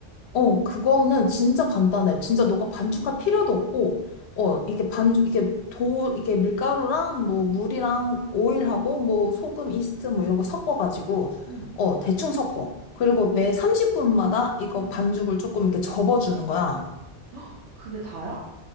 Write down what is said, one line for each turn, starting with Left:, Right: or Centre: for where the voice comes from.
Left: 어, 그거는 진짜 간단해. 진짜 너가 반죽할 필요도 없고, 어, 이게 반, 이게 도, 이게 밀가루랑 뭐 물이랑 오일하고 뭐 소금, 이스트 뭐 이런 거 섞어가지고,
Right: 응,
Left: 어, 대충 섞어. 그리고 매 30분마다 이거
Right: 응.
Left: 반죽을 조금 이렇게 접어주는 거야.
Right: 헉, 그게 다야?